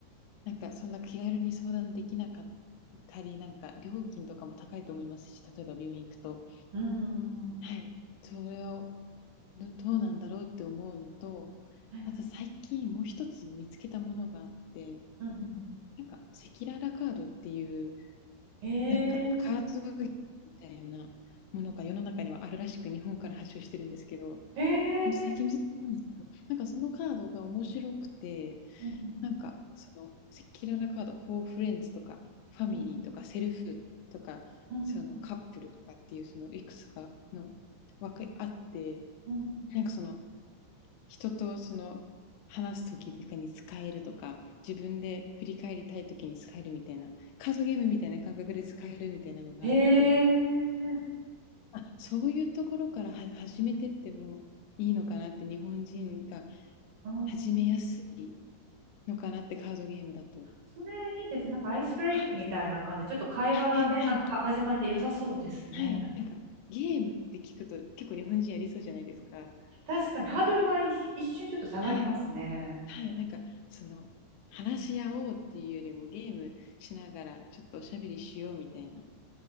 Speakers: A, on the left (about 85°); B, on the right (about 60°).
A: なんかそんな気軽に相談できなかったり、なんか料金とかも高いと思いますし、例えば病院行くと、
B: うんうん
A: はい、それをどどうなんだろうって思うのと、
B: はい
A: あと最近もう一つ見つけたものがあって、
B: うんうん
A: なんか赤裸々カードっていう
B: うんえー
A: なんかカードみたいなものが世の中にはあるらしく日本から発祥してるんですけど、
B: え
A: ほんと最近見せてもらたんですけど、
B: ー
A: なんかそのカードが面白くて、
B: うんうん
A: なんかその赤裸々カード、フォーフレンズとかファミリーとかセルフとかそのカップルとかっていうそのいくつかの枠あって、
B: うんうんうんうん
A: なんかその人とその話すときとかに使えるとか、自分で振り返りたいときに使えるみたいな、カードゲームみたいな感覚で使えるみたいなのがあって、
B: へえ、
A: あ、そういうところからは始めてってもいいのかなって、日本人が
B: うん、
A: 始めやすいのかなって、カードゲームだと。
B: それいいですね。なんかアイスブレイクみたいな感じで、
A: はい。
B: ちょっと会話がね、
A: はいはいはい。
B: なんかは始まりで良さそうですね。
A: はい。なんか、ゲームって聞くと結構日本人やりそうじゃないですか。
B: 確かにハードルが一一瞬ちょっと下がりますね。
A: はい。はい、なんか、その、話し合おうっていうよりもゲームしながらちょっとおしゃべりしようみたいな